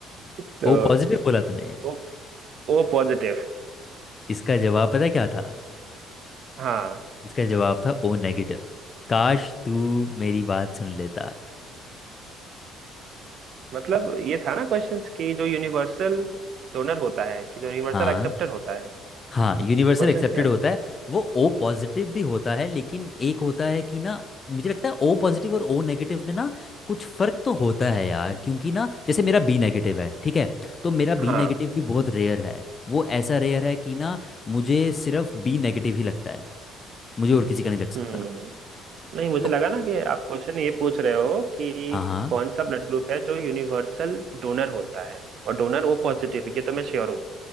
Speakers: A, on the right; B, on the left.
A: तो
B: ओ पॉजिटिव बोला तूने
A: ओ ओ पॉजिटिव
B: इसका जवाब पता है क्या था
A: हाँ
B: इसका जवाब था ओ नेगेटिव काश तू मेरी बात सुन लेता
A: मतलब ये था ना क्वेश्चंस कि जो यूनिवर्सल डोनर होता है कि जो यूनिवर्सल
B: हाँ
A: एक्सेप्टर होता है
B: हाँ यूनिवर्सल
A: क्वेश्चंस
B: एक्सेप्टेड
A: क्या
B: होता
A: थे?
B: है वो ओ पॉजिटिव भी होता है लेकिन एक होता है कि ना मुझे लगता है ओ पॉजिटिव और ओ नेगेटिव में ना कुछ फर्क तो होता है यार क्योंकि ना जैसे मेरा बी नेगेटिव है ठीक है तो मेरा
A: हाँ
B: बी नेगेटिव भी बहुत रेयर है वो ऐसा रेयर है कि ना मुझे सिर्फ बी नेगेटिव ही लगता है मुझे और किसी का नहीं लग सकता
A: हम्म नहीं मुझे
B: तो
A: लगा ना कि आप क्वेश्चन ये पूछ रहे हो कि
B: हाँ हाँ
A: कौन सा ब्लड ग्रुप है जो यूनिवर्सल डोनर होता है और डोनर ओ पॉजिटिव ये तो मैं श्योर हूँ